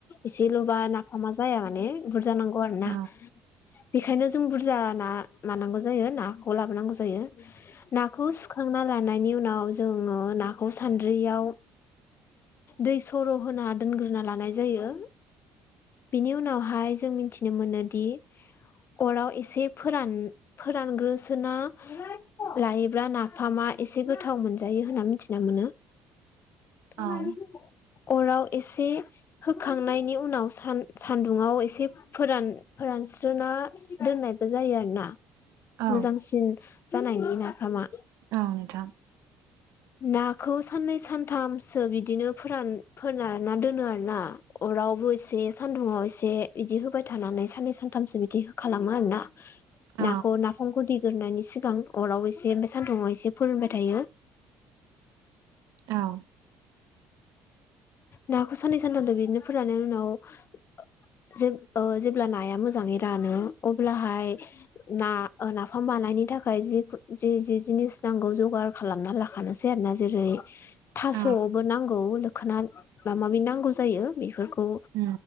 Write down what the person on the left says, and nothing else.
एसेल' बा नाफामा जाया माने बुरजा नांगौ आरो
ना बेखायनो जों बुरजा ना लानांगौ जायो नाखौ लाबोनांगौ जायो नाखौ सुखांना लानायनि उनाव जोङो नाखौ सान्द्रियाव दै सर' होना दोनग्रोना लानाय जायो बिनि उनावहाय जों मिनथिनो मोनोदि अराव एसे फोरान फोरानग्रोसोना <unintelligible> लायोब्ला नाफामा एसे गोथाव मोनजायो होनना मिथिना मोनो <unintelligible>
अराव एसे होखांनायनि उनाव सान सान्दुङाव एसे फोरान फोर रानस्रोना दोननायबो जायो आरो ना
मोजांसिन जानायनि नाफामा
नाखौ साननै सानथामसो बिदिनो फोरान फोरानना दोनो आरो ना अर रावबो एसे सान्दुुङाव एसे इदि होबाय थानानै साननै सानथामसो बिदि हो खालामो आरोना
नाखौ नाफामखौ देगोरनायनि सिगां अराव एसे ओमफाय सान्दुंङाव एसे फोरोंबाय थायो
नाखौ साननै सानथामदो बिदिनो फोरननायनि उनाव ओ जेब ओ जेब्ला नाया मोजाङै रानो अब्लाहाय ना ओ नाफाम बानायनि थाखाय जिखु जि जि जिनिस नांगौ जगार खालामना लाखानोसै आरो ना जेरै थास'आवबो
नांगौ लोखोना माबा माबि नांगौ जायो बेफोरखौ